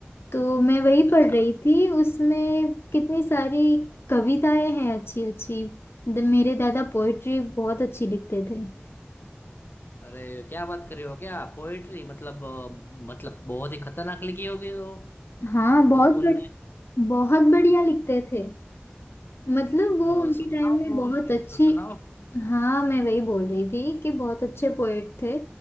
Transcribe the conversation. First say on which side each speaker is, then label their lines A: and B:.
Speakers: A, on the left (about 80°); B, on the left (about 60°).
A: तो मैं वही
B: अच्छा
A: पढ़ रही थी उसमें कितनी सारी कविताएं हैं अच्छी अच्छी द- मेरे दादा पोइट्री बहुत अच्छी लिखते थे
B: अरे क्या बात कर रही हो क्या पोएट्री मतलब अ, मतलब बहुत ही खतरनाक लिखी होगी वो
A: हाँ बहुत
B: उन- उनने
A: बढ़ बहुत बढ़िया लिखते थे मतलब वो
B: अ,
A: उनके
B: सुनाओ
A: टाइम में बहुत अच्छे
B: एक दो सुनाओ
A: हाँ मैं वही बोल रही थी कि बहुत अच्छे पोएट थे